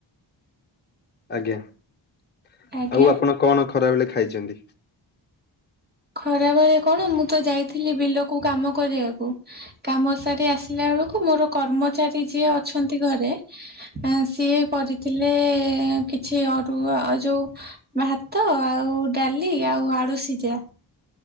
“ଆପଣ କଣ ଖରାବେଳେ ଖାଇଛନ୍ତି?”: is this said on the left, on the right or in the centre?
Left